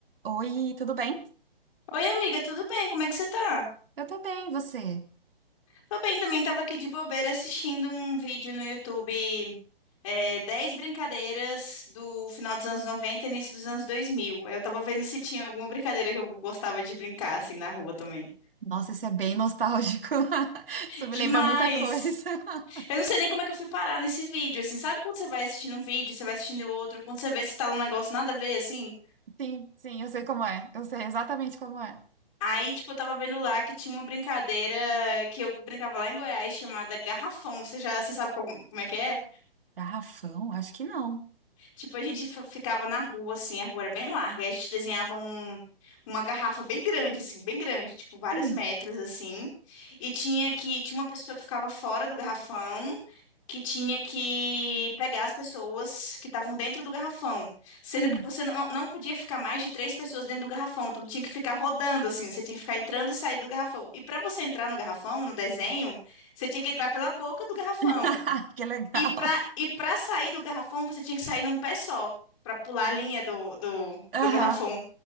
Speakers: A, on the right; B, on the left.
A: Oi, tudo bem?
B: Oi, amiga, tudo bem? Como é que você tá?
A: Eu tô bem, e você?
B: Tô bem também, tava aqui de bobeira assistindo um vídeo no YouTube, é, 10 brincadeiras do final dos anos 90 e início dos anos 2000. Eu tava vendo se tinha alguma brincadeira que eu gostava de brincar, assim, na rua também.
A: Nossa, isso é bem nostálgico. <laughs> Isso me
B: Demais!
A: lembra muita coisa. <laughs>
B: Eu não sei nem como é que eu fui parar nesse vídeo, assim, sabe quando você vai assistindo um vídeo, você vai assistindo outro, quando você vê se tá num negócio nada a ver, assim?
A: Sim, sim, eu sei como é. Eu sei exatamente como é.
B: Aí, tipo, eu tava vendo lá que tinha uma brincadeira que eu brincava lá em Goiás chamada Garrafão. Você já, você sabe como como é que é?
A: Garrafão? Acho que não.
B: Tipo, a gente f- ficava na rua, assim, a rua era bem larga. Aí a gente desenhava um- uma garrafa bem grande, assim, bem grande, tipo, vários
A: Hum,
B: metros, assim. E tinha que, tinha uma pessoa que ficava fora do garrafão, que tinha que pegar as pessoas que estavam dentro do garrafão. Sendo
A: hum.
B: que você não, não podia ficar mais de três pessoas dentro do garrafão. Então tinha que ficar rodando, assim, você tinha que ficar entrando e saindo do garrafão. E para você entrar no garrafão, no desenho, você tinha que entrar pela boca do garrafão.
A: <laughs> Que legal.
B: E para e para sair do garrafão, você tinha que sair num pé só, para pular a linha do, do,
A: Aham.
B: do garrafão.